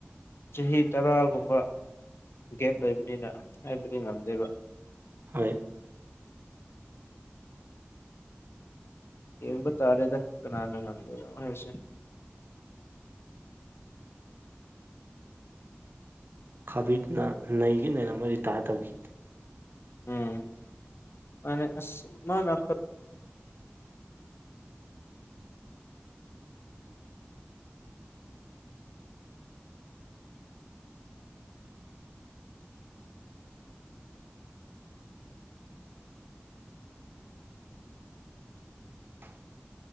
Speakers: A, on the left; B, on the right.
A: ꯆꯍꯤ ꯇꯔꯥꯒꯨꯝꯕ ꯒꯦꯞ ꯂꯩꯕꯅꯤꯅ ꯍꯥꯏꯕꯗꯤ ꯉꯝꯗꯦꯕ
B: ꯍꯣꯏ
A: ꯌꯦꯡꯕ ꯇꯥꯔꯦꯗ ꯀꯅꯥꯅ ꯉꯝꯒꯦꯔꯣ ꯍꯥꯏꯁꯦ
B: ꯈꯕꯤꯠꯅ ꯅꯩꯒꯩ ꯅꯩꯔꯝꯃ ꯔꯤꯇꯥꯌꯔ ꯇꯧꯈꯤ
A: ꯎꯝ ꯑꯅꯦ ꯑꯁ ꯃꯥꯅ ꯈꯔ
B: <inaudible>